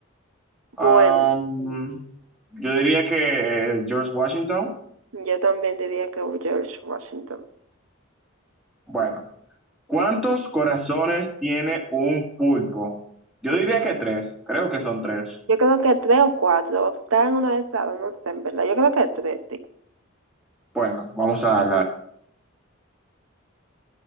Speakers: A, in the centre; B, on the right.
A: Am,
B: Bueno,
A: yo diría que eh, George Washington.
B: yo también diría que George Washington.
A: Bueno, ¿Cuántos corazones tiene un pulpo? Yo diría que tres, creo que son tres.
B: Yo creo que tres o cuatro, están en uno de esas dos, no sé, en verdad, yo creo que tres, sí.
A: Bueno, vamos a la...